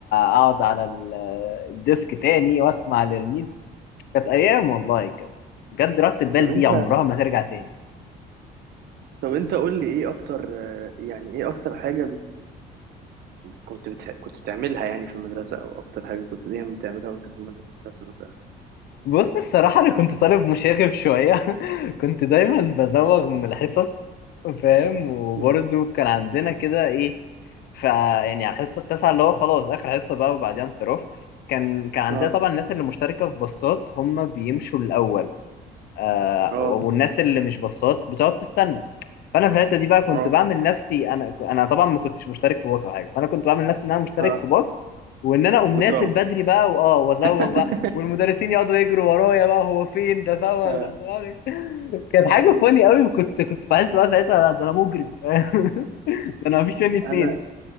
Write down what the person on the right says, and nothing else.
طب انت
طب انت قول لي ايه اكتر آه، يعني ايه اكتر حاجة بت... كنت بتح... كنت بتعملها يعني في المدرسة او اكتر حاجة كنت دايما بتعملها وانت في المدرسة مثلا
مم.
اه
اه
اه
اه
وتروح
<laughs>
اه
مم.
انا